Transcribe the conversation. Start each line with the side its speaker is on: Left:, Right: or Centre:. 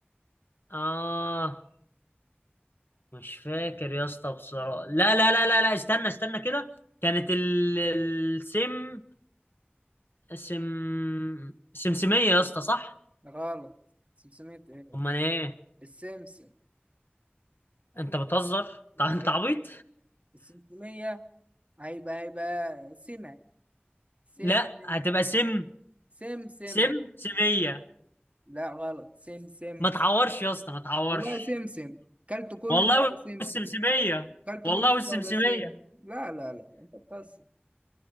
Left: اه مش فاكر يا اسطى بصراحة لا لا لا لا لا استنى استنى كده كانت ال... السم سم سمسمية يا اسطى صح
Right: غلط 500 ايه
Left: امال ايه
Right: السمسم
Left: انت بتهزر طب
Right: اهي
Left: انت عبيط
Right: السمسمية هيبقى هيبقى سمة سمسم
Left: لا هتبقى سم
Right: سمسم
Left: سم سمية
Right: لا غلط سمسم
Left: ما تعورش يا اسطى ما تعورش
Right: والله سمسم كلته كله
Left: والله
Right: يبقى سمسم
Left: والسمسمية
Right: كلته
Left: والله
Right: نصه
Left: والسمسمية
Right: يبقى سم لا لا لا انت بتهزر